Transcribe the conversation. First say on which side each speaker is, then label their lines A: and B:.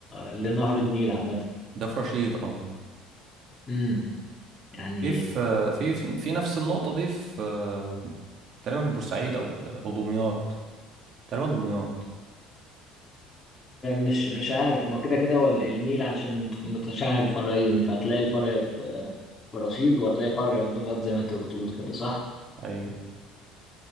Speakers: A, on the left; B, on the right.
A: لنهر النيل عامه
B: ده في رشيد اه
A: امم يعني
B: في في في في نفس النقطة دي في آه، تقريبا في بورسعيد او او دمياط تقريبا دمياط
A: مش مش عارف ما كده كده هو ال- النيل عشان مت- متشعب فرعين فهتلاقي الفرع في في رشيد وهتلاقي فرع في دمياط زي ما انت بتقول كده صح
B: ايوه